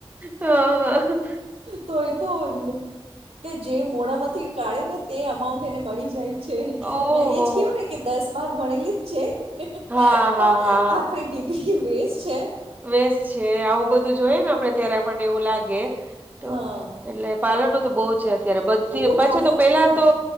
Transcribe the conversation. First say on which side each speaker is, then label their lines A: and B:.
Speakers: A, on the right; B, on the right.
A: હા
B: તો <unintelligible> એટલે જે મોડા માંથી કાઢે ને તે અમાઉન્ટ એને મળી જાય છે,
A: ઓહો!
B: મે એજ કેવું ને કે દસ બાર ભણેલી જ છે,
A: હા,
B: પણ
A: હા, હા.
B: આપણી ડિગ્રી વેસ્ટ છે.
A: વેસ છે, આવું બધું જોઈએ ને આપડે ત્યારે આપણને એવું લાગે તો
B: હા
A: એટલે પાલન નું તો બો છે, અત્યારે બધી
B: બહુ
A: પાછા
B: ચાલે
A: તો પેલા
B: છે
A: તો